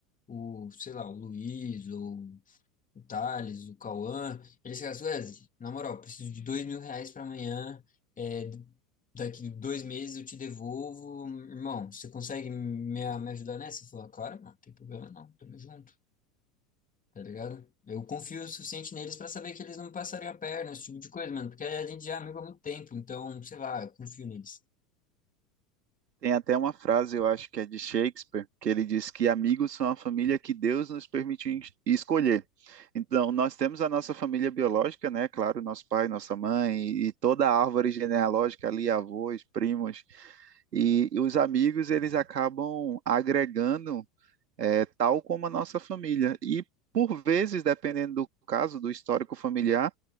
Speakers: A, on the left; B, on the right.
A: o, sei lá, o Luiz, ou o Thales, o Cauã, eles falaram assim, Wesley, na moral, preciso de dois mil reais para amanhã, é, daqui dois meses eu te devolvo, irmão, você consegue me, me ajudar nessa? Eu falei, "Ah, claro, não, não tem problema não, tamo junto, tá ligado? Eu confio o suficiente neles para saber que eles não me passariam a perna, esse tipo de coisa, mano, porque a gente já é amigo há muito tempo, então, sei lá, eu confio neles.
B: Tem até uma frase, eu acho que é de Shakespeare, que ele diz que amigos são a família que Deus nos permitiu en- escolher. Então, nós temos a nossa família biológica, né? Claro, nosso pai, nossa mãe e toda a árvore genealógica ali, avós, primos. E os amigos, eles acabam agregando, eh, tal como a nossa família. E, por vezes, dependendo do caso, do histórico familiar,